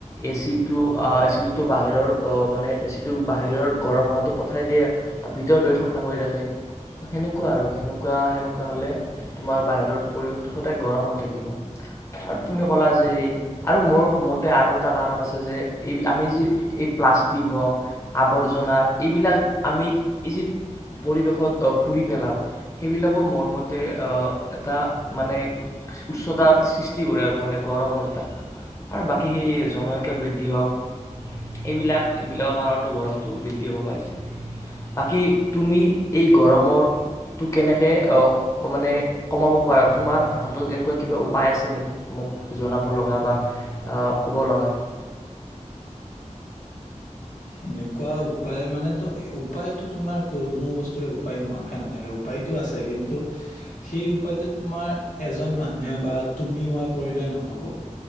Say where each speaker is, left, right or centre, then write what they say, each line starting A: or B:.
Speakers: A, on the left; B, on the left.
A: এচিটো এচিটোতো বাহিৰৰ মানে এ চিটো বাহিৰৰ গৰম হহাটো পঠাই দিয়ে আৰু ভিতৰ দৰে ঠাণ্ডা কৰি ৰাখে সেনেকুৱা আৰু সেনেকুৱা সেনেকুৱা হ'লে তোমাৰ বাহিৰৰ পৰিৱেশটো সদায় গৰম হৈ থাকিব আৰু তুমি ক'লা যে সেই আৰু মোৰ মতে আৰু এটা কাৰণ আছে যে এই আমি যি এই প্লাষ্টিক হওক আৱৰ্জনা এইবিলাক আমি এই যি পৰিৱেশত পুৰি পেলাওঁ সেইবিলাকো মোৰ মতে এটা মানে উচ্চতা এটা সৃষ্টি কৰে আৰু মানে গৰমৰ তটা আৰু বাকী সেই জনসংখ্যা বৃদ্ধি হওক এইবিলাক এইবিলাকৰ কাৰণতো গৰমটো বৃদ্ধি হ'ব পাইছে বাকী তুমি এই গৰমৰটো কেনেকৈ মানে কমাব পাৰা তোমাৰ হাতত এনেকুৱা কিবা উপায় আছে নেকি মোক জনাব লগা বা ক'ব লগা
B: সেনেকুৱা উপায় মানেো উপায়তো তোমাৰ কোনো বস্তুৰে উপায় নোহোৱাকে নাথাকে উপায়তো আছে কিন্তু সেই উপায়টো তোমাৰ এজন মানুহে বা তুমি মই কৰিলে নহব